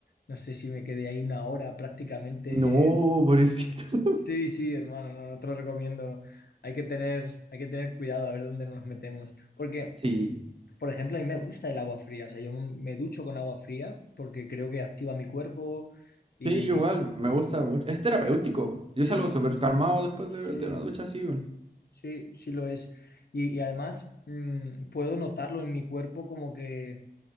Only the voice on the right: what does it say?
No, pobrecito. <laughs>
Sí.
Sí, igual, me gusta mucho. Es terapéutico. Yo
salgo súper calmado después
de, de una ducha así, weón.